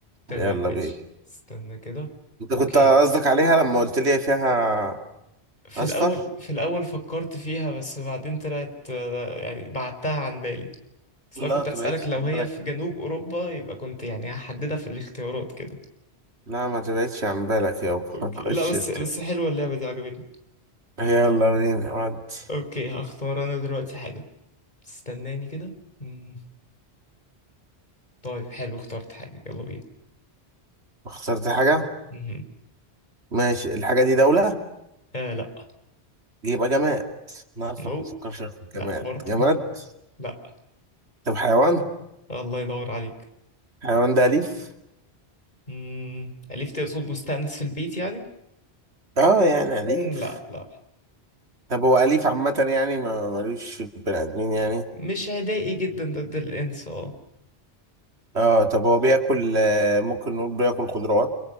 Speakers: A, on the left (about 45°); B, on the right (about 80°).
A: تمام
B: يلا
A: ماشي
B: بينا
A: استنى كده
B: انت
A: اوكي
B: كنت قصدك عليها لما قلت لي فيها
A: في
B: اصفر؟
A: الاول في الاول فكرت فيها بس بعدين طلعت آه، يعني بعدتها عن بالي اصل
B: لا
A: أنا كنت
B: ما تبعدش
A: اسالك لو
B: عن
A: هي
B: بالك
A: في جنوب اوروبا يبقى كنت يعني هحددها في الاختيارات كده
B: لا ما تبعدش عن بالك يابا
A: اوكي
B: <laughs>
A: لا
B: خش
A: بس
B: انت
A: بس حلوه اللعبه دي عجبتني
B: يلا بينا ودي
A: اوكي هختار انا دلوقتي حاجة استناني كده مم. طيب حلو اخترت حاجة يلا بينا
B: اخترت حاجة
A: مهم.
B: ماشي الحاجة دي دولة
A: آه لا
B: يبقى جماد انا عارفك
A: نو
B: ما تفكرش
A: لا
B: جماد
A: برضه
B: جماد
A: <laughs> لا
B: طب حيوان
A: الله يدور عليك
B: حيوان ده أليف؟
A: مم. أليف تقصد مستأنس في البيت يعني
B: اه يعني أليف
A: مم. لا لا
B: طب هو أليف عامة يعني ما ملوش في البني آدمين يعني
A: مش عدائي جدا ضد الإنس اه
B: اه طب هو بياكل آه، ممكن نقول بياكل خضروات